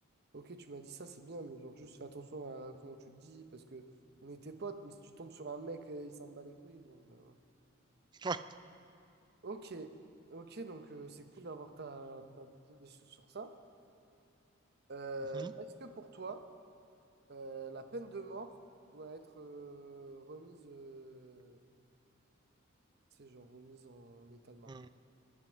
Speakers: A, on the right; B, on the right.
A: ok, tu m'as dit ça, c'est bien, mais genre, juste fais attention à comment tu le dis parce que on était potes, mais si tu tombes sur un mec et il s'en bat les couilles, bon, ben,
B: <laughs> Ouais.
A: Ok, ok, donc euh, c'est cool d'avoir ta, ta vision des choses sur ça. Euh,
B: Mhm.
A: est-ce que pour toi, euh, la peine de mort doit être euh, remise, euh, tu sais, genre remise en état de marche?
B: Euh,